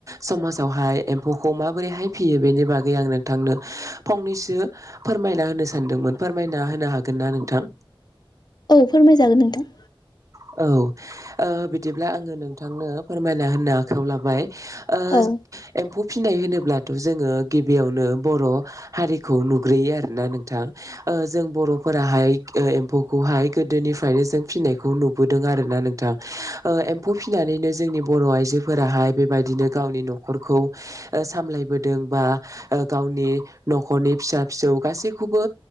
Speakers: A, on the right (about 35°); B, on the left (about 50°).
A: समाजावहाय एम्फौखौ माबोरैहाय फियो बेनि बागै आं नोंथांनो फंनैसो फोरमायना होनो सानदोंमोन, फोरमायना होनो हागोननाा नोंथां?
B: औ फोरमायजागोन नोंथां।
A: औ ओ बिदिब्ला आङो नोंथांनो फोरमायना होनो आखायाव लाबाय ओ
B: औ
A: एम्फु फिनाय होनोब्लाथ' जोङो गिबियावनो बर' हारिखौ नुग्रोयो आरोना नोंथां। ओ जों बर'फोराहाय एम्फौखौहाय गोदोनिफ्रायनो जों फिसिनाय नुबोदों आरोना नोंथां ओ एमफै फिनैनो जोंनि बर' आइजोफोराहाय बेबायदिनो गावनि न'खरखौ सामलायबोदों बा गावनि न'खरनि फिसा फिसौ गासैखौबो